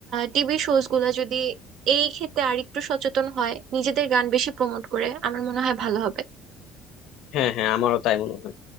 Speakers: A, on the right; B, on the left.
A: টিভি শোজ গুলো যদি এই ক্ষেত্রে আরেকটু সচেতন হয় নিজেদের গান বেশি প্রমোট করে আমার মনে হয় ভালো হবে
B: হ্যাঁ হ্যাঁ আমারও তাই মনে হয়